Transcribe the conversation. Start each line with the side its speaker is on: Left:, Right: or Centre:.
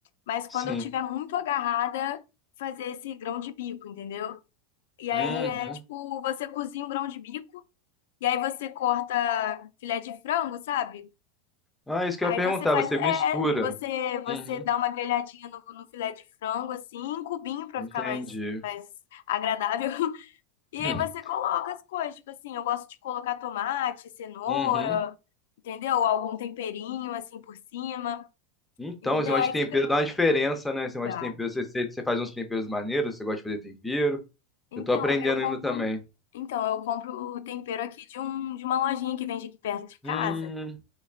Left: mas
Centre: sim.
Left: quando eu tiver muito agarrada, fazer esse grão de bico, entendeu? E aí
Centre: Uhum.
Left: é tipo, você cozinha um grão de bico e aí você corta filé de frango, sabe?
Centre: Ah, isso que
Left: Aí
Centre: eu ia perguntar,
Left: você faz,
Centre: você
Left: é,
Centre: mistura.
Left: é, você você
Centre: Uhum.
Left: dá uma grelhadinha no, no filé de frango assim, em cubinho pra
Centre: Entendi.
Left: ficar mais mais agradável. E
Centre: <laughs>
Left: aí você coloca as coisas, tipo assim, eu gosto de colocar tomate, cenoura,
Centre: Uhum.
Left: entendeu? Algum temperinho assim por cima,
Centre: Então,
Left: entendeu?
Centre: esse negócio
Left: Aí
Centre: de tempero
Left: fica.
Centre: dá uma diferença, né? Esse negócio
Left: Dá.
Centre: de tempero, você, você você faz uns temperos maneiros, você gosta de fazer tempero.
Left: Então,
Centre: Eu tô aprendendo
Left: eu compro.
Centre: ainda também.
Left: Então, eu compro o tempero aqui de, um, de uma lojinha que vende aqui perto de casa.
Centre: Hum,